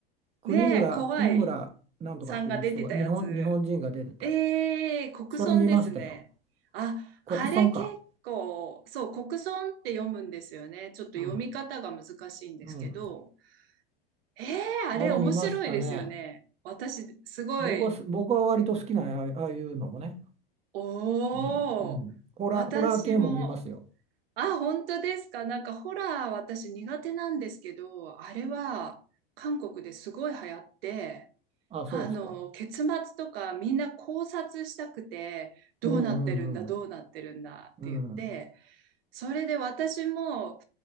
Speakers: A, on the right; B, on the right.
A: 国村、
B: ねえ、怖い
A: 国村なんとかっていう人が、
B: さんが出てたやつ。
A: 日本、日本人が出てた。
B: ええ国村ですね。
A: それ見ましたよ。
B: あ、
A: 国村か。
B: あれ結構、そう、国村って読むんですよね。ちょっと読み方が難しいんですけど。
A: うん。うん。
B: ええあれ面白いですよね。
A: あれ見ましたね。
B: 私、すごい、
A: 僕はす、僕は割と好きなああああいうのもね。
B: おー、
A: うん。うん。ホラー、
B: 私も、
A: ホラー系も見ますよ。
B: あ、本当ですか。なんかホラー私苦手なんですけど、あれは韓国ですごい流行って、
A: あ、
B: あの、
A: そうですか。
B: 結末とかみんな考察したくて、どうなってるんだ、
A: うんうんうん。
B: どうなってるんだって言って、
A: うん。
B: それで私も